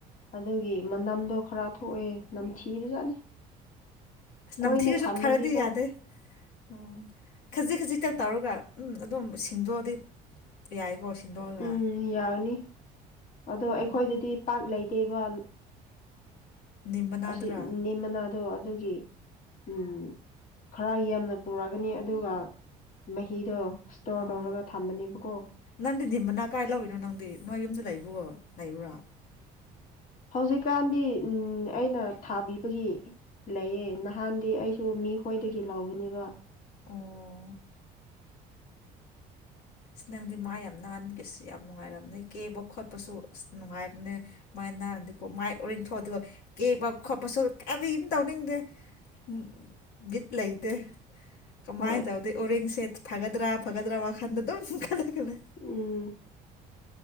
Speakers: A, on the left (about 50°); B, on the left (about 75°).
A: ꯑꯗꯨꯒꯤ ꯃꯅꯝꯗꯣ ꯈꯔ ꯊꯣꯛꯑꯦ ꯅꯝꯊꯤꯕꯖꯥꯠꯅꯤ
B: ꯑꯁ
A: ꯀꯣꯏꯅ
B: ꯅꯝꯊꯤꯔꯁꯨ
A: ꯊꯝꯕꯒꯤꯀꯣ
B: ꯐꯔꯗꯤ ꯌꯥꯗꯦ ꯎꯝ ꯈꯖꯤꯛ ꯈꯖꯤꯛꯇꯪ ꯇꯧꯔꯒ ꯎꯝ ꯑꯗꯨꯝ ꯁꯤꯡꯗꯣꯛꯑꯗꯤ ꯌꯥꯏꯀꯣ ꯁꯤꯡꯗꯣꯛꯑꯒ
A: ꯎꯝ ꯌꯥꯒꯅꯤ ꯑꯗꯣ
B: ꯎꯝ
A: ꯑꯩꯈꯣꯏꯗꯗꯤ ꯄꯥꯛ ꯂꯩꯇꯦꯕ
B: ꯅꯤꯝ ꯃꯅꯥꯗꯨꯔꯥ
A: ꯑꯁꯤ ꯅꯤꯝ ꯃꯅꯥꯗꫭ ꯑꯗꯨꯒꯤ ꯎꯝ ꯈꯔ ꯌꯥꯝꯅ ꯄꯨꯔꯛꯒꯅꯤ ꯑꯗꯨꯒ ꯃꯍꯤꯗꯣ ꯁꯇꯣꯔ
B: ꯑꯣ
A: ꯇꯧꯔꯒ ꯊꯝꯕꯅꯦꯕꯀꯣ
B: ꯅꯪꯗꯤ ꯅꯤꯝ ꯃꯅꯥ ꯀꯥꯏ ꯂꯧꯔꯤꯅꯣ ꯅꯪꯗꯤ ꯅꯣꯏ ꯌꯨꯝꯗ ꯂꯩꯕ꯭ꯔꯣ ꯂꯩꯕ꯭ꯔꯥ
A: ꯍꯧꯖꯤꯛꯀꯥꯟꯗꯤ ꯑꯩꯅ ꯊꯥꯕꯤꯕꯒꯤ ꯂꯩꯌꯦ ꯅꯍꯥꯟꯗꯤ ꯑꯩꯁꯨ ꯃꯤ ꯈꯣꯏꯗꯒꯤ ꯂꯧꯕꯅꯦꯕ
B: ꯑꯣ ꯁ ꯅꯪꯗꯤ ꯃꯥꯏ ꯌꯥꯝ ꯅꯥꯟꯕꯒꯤ ꯑꯁ ꯌꯥꯝ ꯅꯨꯡꯉꯥꯏꯔꯕꯅꯦ ꯀꯦꯕ ꯈꯣꯠꯄꯁꯨ ꯑꯁ ꯅꯨꯡꯉꯥꯏꯕꯅꯦ ꯃꯥꯏ ꯅꯥꯟꯗꯦꯀꯣ ꯃꯥꯏ ꯑꯣꯔꯤꯡ ꯊꯣꯛꯑꯗꯤꯀꯣ ꯀꯦꯕ ꯈꯣꯠꯄꯁꯨ ꯀꯔꯤꯝ ꯇꯧꯅꯤꯡꯗꯦ ꯎꯝ ꯕꯤꯠ ꯂꯩꯇꯦ ꯀꯃꯥꯏꯗꯧꯗꯩ
A: ꯍꯣꯏ
B: ꯑꯣꯔꯤꯁꯦ ꯐꯒꯗ꯭ꯔꯥ ꯐꯒꯗ꯭ꯔꯥ ꯋꯥꯈꯟꯗ ꯑꯗꯨꯝ ꯈꯜꯂꯒ ꯂꯩ
A: ꯎꯝ